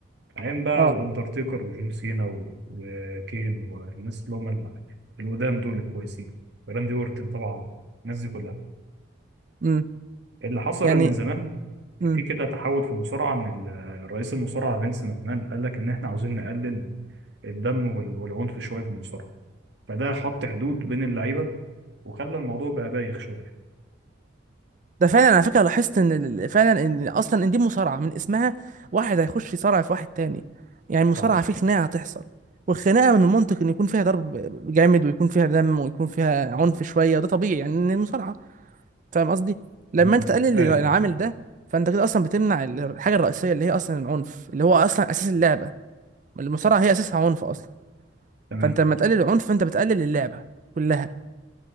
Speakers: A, on the right; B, on the right.
A: أيام بقى
B: اه
A: الأندرتيكر وجون سينا و- وكين والناس اللي هم ال- القدام دول الكويسين وراندي أورتن طبعا الناس دي كلها
B: امم
A: اللي حصل
B: يعني
A: إن زمان
B: امم
A: في كده تحول في المصارعة إن ال- الرئيس المصارعة فينس ماكمان قال لك إن إحنا عاوزين نقلل الدم وال- والعنف شوية في المصارعة فده حط حدود بين اللعيبة وخلى الموضوع بقى بايخ شوية
B: ده فعلا على فكره لاحظت ان ال- فعلا ان اصلا ان دي مصارعه من اسمها واحد هيخش يصارع في واحد تاني يعني المصارعه
A: صح
B: في خناقه هتحصل والخناقه من المنطق ان يكون فيها ضرب جامد ويكون فيها دم ويكون فيها عنف شويه وده طبيعي يعني ان المصارعه فاهم قصدي لما
A: تمام
B: انت تقلل
A: فاهم
B: العامل
A: أه
B: ده فانت كده اصلا بتمنع ال- الحاجه الرئيسيه اللي هي اصلا العنف اللي هو اصلا اساس اللعبه المصارعه هي اساسها عنف اصلا
A: تمام
B: فانت لما تقلل العنف فانت بتقلل اللعبه كلها